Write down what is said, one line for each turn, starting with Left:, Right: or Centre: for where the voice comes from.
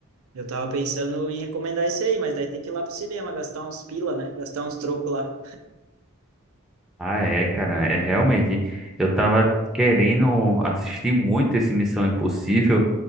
Right: Eu tava pensando em recomendar esse aí, mas daí tem que ir lá pro cinema, gastar uns pila, né? Gastar uns troco lá.
Centre: Ah, é, cara, é realmente. Eu tava querendo assistir muito esse Missão Impossível,